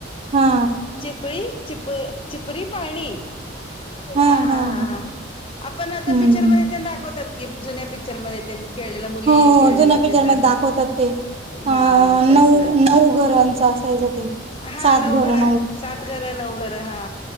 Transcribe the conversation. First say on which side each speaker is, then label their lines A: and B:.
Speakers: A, on the right; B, on the left.
A: हा
B: चिपळी. चिप- चिपरी पाणी?
A: हा
B: हां हां
A: हा
B: हां
A: ह
B: हां आपण आता
A: हम्म
B: पिक्चरमध्ये तेन दाखवतात की, जुन्या पिक्चरमध्ये तेन खेळलेल्या मुली,
A: हो हो,
B: खेळलेलं
A: जुन्या पिक्चर
B: तेन दाखवत,
A: मध्ये दाखवतात ते
B: हा
A: अ
B: तस.
A: नऊ नऊ घरांच असायचं ते
B: हां
A: सात
B: नऊ
A: घरं
B: घर, सात घर, नऊ घर, हा.